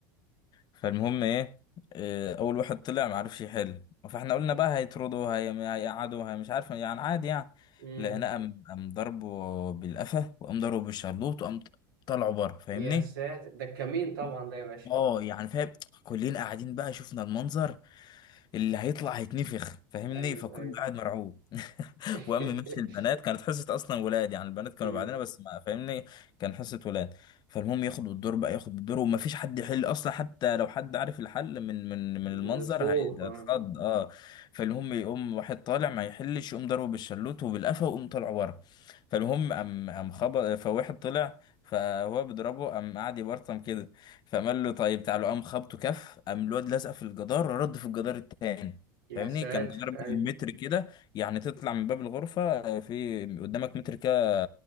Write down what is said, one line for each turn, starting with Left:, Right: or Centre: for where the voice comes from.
Left: فالمهم ايه آه، أول واحد طلع معرفش يحل فاحنا قلنا بقى هيطردوا هي- هيقعدوا هي مش عارف يعني عادي يعني
Right: أمم.
Left: لقيناه قام قام ضربه بالقفا وقام ضربه بالشلوط وقام طلعوا بره فاهمني
Right: يا ساتر ده الكمين طبعا
Left: بص،
Right: ده يا باشا
Left: اه يعني فاهم كلنا قاعدين بقى شفنا المنظر اللي هيطلع هيتنفخ فاهمني
Right: ايوه
Left: فكله
Right: ايوه
Left: قاعد مرعوب <laughs>
Right: <laughs>
Left: وقام ماشي البنات كانت حصه اصلا ولاد يعني البنات كانوا
Right: أمم.
Left: بعدنا بس ما فاهمني كان حصه ولاد فالمهم ياخد الدور بقى ياخد الدور ومفيش حد يحل اصلا حتى لو حد عارف الحل من من من
Right: من
Left: المنظر
Right: الخوف
Left: هيتخض
Right: اه
Left: اه فالمهم يقوم واحد طالع ما يحلش يقوم ضربه بالشلوت وبالقفا ويقوم طالع بره فالمهم قام قام خبط فواحد طلع فهو بيضربه قام قعد يبرطم كده فقام قال له طيب تعالوا قام خبطه كف قام الواد لزق في الجدار رد في الجدار التاني
Right: يا
Left: فاهمني
Right: ساتر
Left: كان جدار بين
Right: ايوه
Left: المتر كده يعني تطلع من باب الغرفة في قدامك متر كده